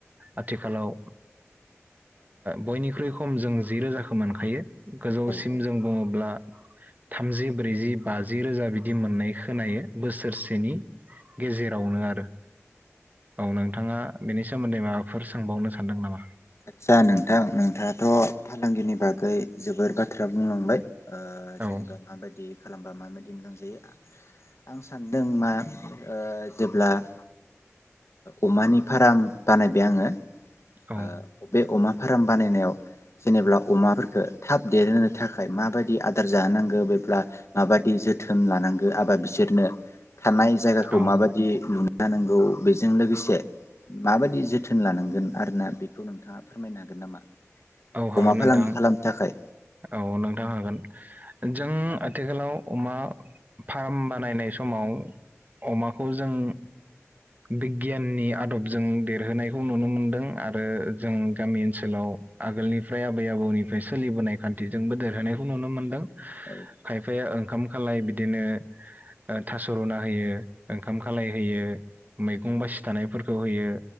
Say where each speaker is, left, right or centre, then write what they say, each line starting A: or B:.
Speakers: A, on the right; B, on the left.
A: आथिखालाव ओ बयनिख्रुइ खम जों जि रोजाखौ मोनखायो। गोजौसिम
B: औ
A: जों बुङोब्ला थामजि ब्रैजि बाजि रोजा बिदि मोननाय खोनायो बोसोरसेनि गेजेरावनो आरो औ नोंथाङा बेनि सोमोन्दै माबाफोर सोंबावनो सानदों नामा
B: आदसा नोंथां नोंथाङाथ' फालांगिनि बागै जोबोर बाथ्रा बुंलांबाय। ओ जेनेबा
A: औ
B: माबायदि खालामबा माबाद मोजां जायो आं सानदों मा ओ जेब्ला ओ अमानि फाराम बानायबाय आङो।
A: औ
B: ओ बे अमा फाराम बानायनायाव जेनेब्ला अमाफोरफोरखो थाब देरहोनो थाखाय माबायदि आदार जाहोनांगो बेब्ला माबायदि जोथोन लानांगो एबा बिसोरनो थानाय जायगाखौ
A: औ
B: माबादि <unintelligible> जानांगौ बेजों लोगोसे माबायदि जोथोन लानांगोन आरोना बेखौ नोंथाङा फोरमायनो हागोन नामा?
A: औ हागोन
B: अमा फालांगि
A: नोंथां
B: खालामनो थाखाय
A: औ नोंथां हागोन। जों आथिखालाव अमा फार्म बानायनाय समाव अमाखौ जों बिगियाननि आदबजों देरहोनायखौ नुनो मोनदों आरो जों गामि ओनसोलाव आगोलनिफ्राय आबै आबौनिफ्राय सोलिबोनाय खान्थिजोंबो देरहोनायखौ नुनो मोनदों।
B: औ
A: खायफाया ओंखाम खालाय बिदिनो ओ थास' रुना होयो ओंखाम खालाय होयो मैगं बासि थानायफोरखौ होयो